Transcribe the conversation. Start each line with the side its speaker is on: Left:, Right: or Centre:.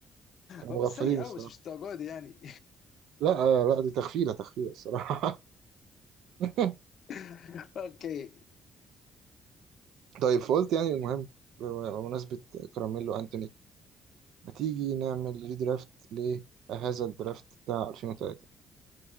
Right: كانوا
Left: هو
Right: مغفلين
Left: مش سيء
Right: الصراحة
Left: قوي بس مش الدرجه دي يعني
Right: لا آه لا دي تغفيلة تغفيلة الصراحة <laughs>
Left: <laughs> اوكي
Right: طيب فقلت يعني المهم بمناسبة كراميلو أنتوني ما تيجي نعمل ريدرافت لهذا الدرافت بتاع 2003